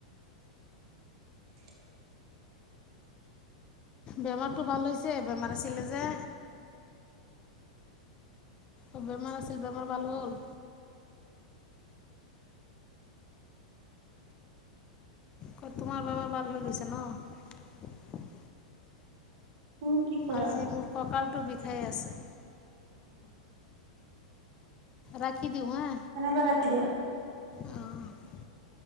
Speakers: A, on the right (about 50°); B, on the left (about 30°).
A: <unintelligible>
B: বেমাৰটো ভাল হৈছে। বেমাৰ আছিলে যে? অহ' বেমাৰ আছিল, বেমাৰ ভাল হ'ল। কত তোমাৰ বেমাৰ ভাল হৈ গৈছে ন?
A: তুমি কি কৰা
B: আজি মোৰ কঁকালটো বিষাই আছে।
A: অহ'।
B: ৰাখি। দিওঁ হা
A: তেনেহলে ৰাখি দিওঁ,
B: অঁ